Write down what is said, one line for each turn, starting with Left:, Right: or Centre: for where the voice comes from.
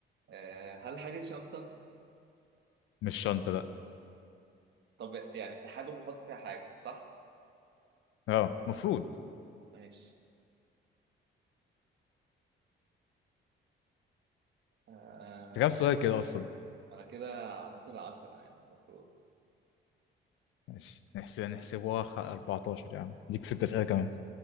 Right: آه هل الحاجة دي شنطة؟
Left: مش شنطة لا
Right: طب يعني حاجة بنحط فيها حاجة صح؟
Left: اه المفروض
Right: ماشي آه
Left: ده كام سؤال كده اصلا
Right: أنا كده عديت العشرة يعني المفروض
Left: ماشي نحسب نحسبوها خ- 14 يا عم ليك ست اسئلة كمان